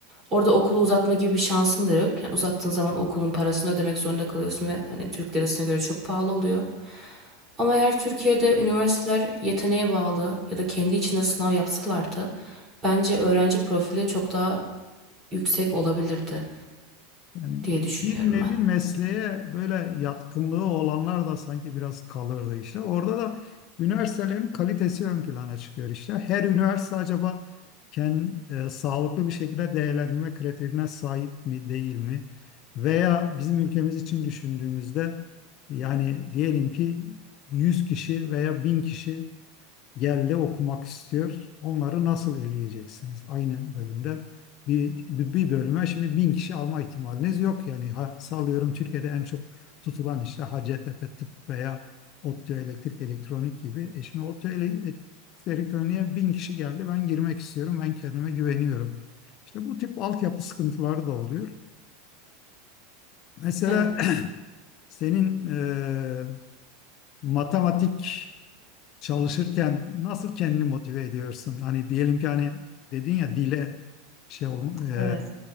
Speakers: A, on the right; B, on the left.
A: Orada okulu uzatma gibi bir şansın da yok. Yani uzattığın zaman okulun parasını ödemek zorunda kalıyorsun ve hani Türk lirasına göre çok pahalı oluyor. Ama eğer Türkiye'de üniversiteler yeteneğe bağlı ya da kendi içinde sınav yapsalardı, bence öğrenci profili çok daha yüksek olabilirdi
B: Yani
A: diye düşünüyorum
B: bir nevi
A: ben.
B: mesleğe böyle yatkınlığı olanlar da sanki biraz kalırdı işte. Orada da üniversitelerin kalitesi ön plana çıkıyor işte. Her üniversite acaba kendi sağlıklı bir şekilde değerlendirme kriterine sahip mi değil mi? Veya bizim ülkemiz için düşündüğümüzde yani diyelim ki 100 kişi veya 1000 kişi geldi okumak istiyor. Onları nasıl eleyeceksiniz? Aynı bölümde bir, bir, bir bölüme şimdi bin kişi alma ihtimaliniz yok. Yani ha, sallıyorum Türkiye'de en çok tutulan işte Hacettepe Tıp veya ODTÜ Elektrik Elektronik gibi. E şimdi ODTÜ Ele- Elektronik'e bin kişi geldi. Ben girmek istiyorum. Ben kendime güveniyorum. İşte bu tip altyapı sıkıntıları da oluyor. Mesela
A: Evet.
B: <clears throat> <laughs> senin e, matematik çalışırken nasıl kendini motive ediyorsun? Hani diyelim ki hani dedin ya dile şey olma, e,
A: Evet.